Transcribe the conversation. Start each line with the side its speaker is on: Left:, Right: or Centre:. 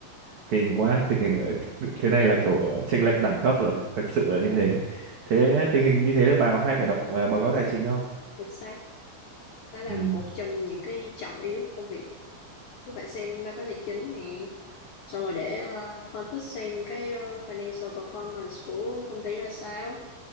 Right: kinh quá tình hình ở- thế này là kiểu chênh lệch đẳng cấp rồi thực sự là như thế thế tình hình như thế là bà có hay phải đọc à, báo cáo tài chính không
Left: Được sao đó là
Right: ừ
Left: một trong những cái trọng yếu của công việc tôi phải xem báo cáo tài chính nè xong rồi để ờ, phân tích xem cái ờ, financial performance của công ty ra sao